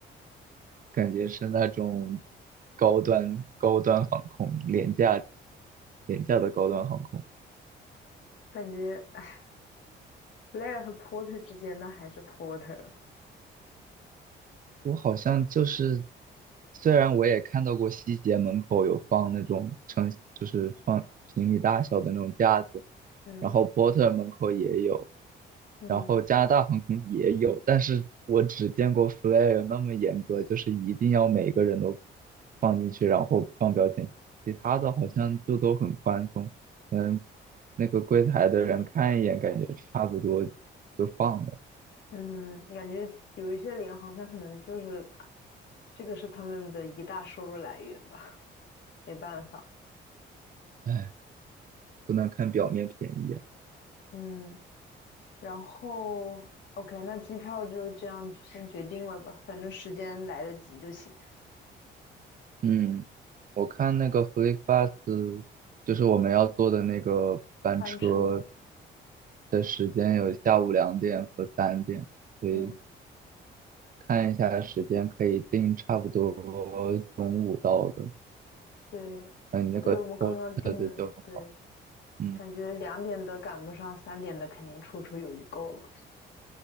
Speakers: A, on the right; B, on the left.
A: 感觉是那种高端高端航空，廉价
B: 嗯
A: 廉价的高端航空。
B: 感觉哎，Blair 和 porter 之间那还是 porter，
A: 我好像就是，虽然我也看到过西捷门口有放那种成就是放行李大小的那种架子，
B: 嗯
A: 然后波特门口也有，
B: 嗯。
A: 然后加拿大航空也有，但是我只见过 Flair 那么严格，就是一定要每个人都放进去，然后放标签，其他的好像就都很宽松，嗯，那个柜台的人看一眼，感觉差不多就放了，
B: 嗯，感觉有一些联行，它可能就是这个是他们的一大收入来源吧，没办法。
A: 哎，不能看表面便宜啊。
B: 嗯，然后 OK，那机票就这样先决定了吧，反正时间来得及就行。
A: 嗯，我看那个 FlixBus，就是我们要坐的那个班车
B: 班车，
A: 的时间有下午两点和三点，所以
B: 嗯，
A: 看一下时间可以定差不多中午到的。
B: 对，
A: 那你那个
B: 对，我们刚刚订的，
A: port 的就好。
B: 对，
A: 嗯
B: 感觉两点的赶不上，三点的肯定绰绰有余够了。